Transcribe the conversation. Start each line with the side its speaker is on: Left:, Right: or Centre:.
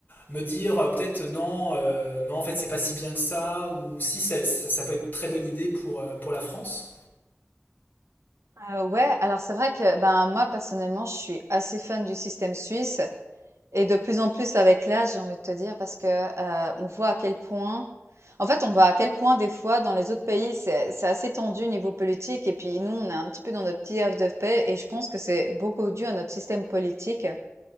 Left: me dire, euh, peut-être non, euh, non, en fait, c'est pas si bien que ça, ou si ça, ça, ça peut être très bonne idée pour, euh, pour la France?
Right: Euh, ouais, alors c'est vrai que ben moi personnellement, je suis assez fan du système suisse et de plus en plus avec l'âge, j'ai envie de te dire parce que euh, on voit à quel point, en fait, on voit à quel point des fois dans les autres pays, c'est c'est assez tendu niveau politique et puis nous, on est un petit peu dans notre petit havre de paix et je pense que c'est beaucoup dû à notre système politique.